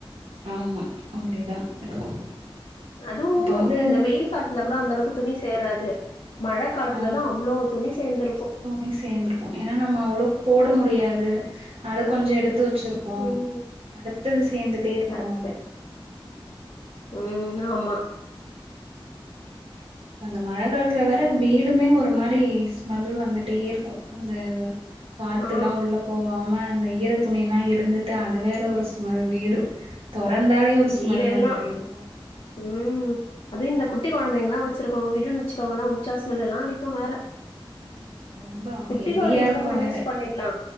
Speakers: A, on the right; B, on the left.
A: ஆமா அப்டிதா இருக்கு
B: அதுவு
A: அப்ப வந்து
B: இந்த வெயில் ல கூட அந்த அளவுக்கு துணி சேராது மழை காலத்துல
A: ஆ
B: தா அவ்ளோ துணி சேந்திருக்கு
A: துணி சேந்திருக்கு ஏனா நம்ம அவ்ளோக் போட முடியாது அத கொஞ்சொ எடுத்து வச்சுரு போ
B: ம்
A: அடுத்தது சேந்துட்டே இருக்கு
B: கரெக்ட் ம் ஆமா
A: அந்த மழ காலத்துல வேற வீடுமே ஒரு மாரி ஸ்மெல் வந்துட்டே இருக்கு அந்த காத்துல்லா
B: ஆ
A: உள்ள போகாம அந்த ஈர துணி எல்லா இருந்து டு அது வேற ஒரு ஸ்மெல் வீடு தொறந்தாலே ஒரு ஸ்மெல்
B: வீடெல்லா
A: வந்துட்டே இருக்கு
B: ம் அது இந்த குட்டி கொழந்தைங்கல்லா வச்சிருக்கோங்க வீடு வச்சுக்கோங்களே உச்சாஸ்மெல்லா அடி கு வேற
A: ஆமா ஆமா ரொம்ப
B: குட்டி
A: ஹெவியா
B: கொழந்தை கூட
A: இருக்கு
B: மேனேஜ்
A: வேற
B: பண்ணிக்லா